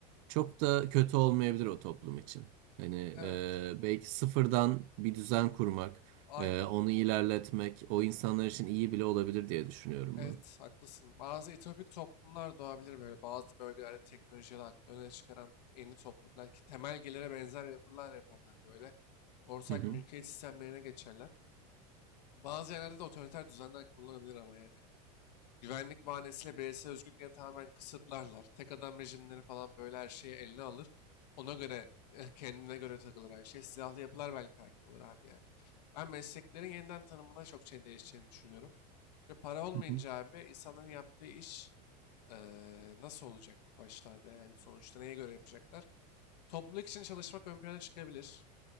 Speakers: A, on the right; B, on the left.
A: çok da kötü olmayabilir o toplum için. Hani
B: Evet.
A: e, belki sıfırdan bir düzen kurmak,
B: Aynen.
A: e, onu ilerletmek, o insanlar için iyi bile olabilir diye düşünüyorum
B: Evet, haklısın. Bazı etopik toplumlar doğabilir böyle. Bazı bölgelerde teknolojiyi aklı öne çıkaran yeni topluluklar ki temel gelire benzer yapılar yaparlar böyle. Ortak
A: ben. Hı
B: mülkiyet
A: hı.
B: sistemlerine geçerler. Bazı yerlerde de otoriter düzenler kurulabilir ama yani. Güvenlik bahanesiyle bireysel özgürlükleri tamamen kısıtlarlar. Tek adam rejimleri falan böyle her şeyi eline alır. Ona göre, eh, kendine göre takılır her şey. Silahlı yapılar belki hakim olur abi yani. Ben mesleklerin yeniden tanımına çok şey değişeceğini düşünüyorum. Ve para olmayınca
A: Hı hı.
B: abi insanların yaptığı iş Eee, nasıl olacak başlarda yani sonuçta neye göre yapacaklar? Topluluk için çalışmak ön plana çıkabilir.